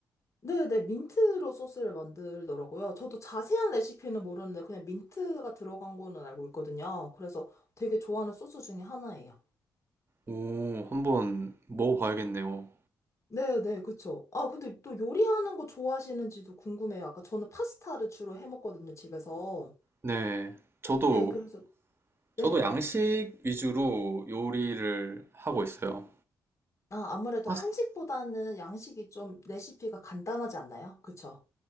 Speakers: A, on the left; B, on the right.
A: 네네, 민트로 소스를 만들더라고요. 저도 자세한 레시피는 모르는데 그냥 민트가 들어간 거는 알고 있거든요. 그래서 되게 좋아하는 소스 중에 하나예요.
B: 오, 한번 먹어봐야겠네요.
A: 네네, 그쵸. 아, 근데 또 요리하는 거 좋아하시는지도 궁금해요. 아까 저는 파스타를 주로 해 먹거든요, 집에서.
B: 네, 저도
A: 네, 그래서,
B: 저도
A: 네.
B: 양식 위주로 요리를 하고 있어요.
A: 아, 아무래도
B: 파스-
A: 한식보다는 양식이 좀 레시피가 간단하지 않나요? 그쵸?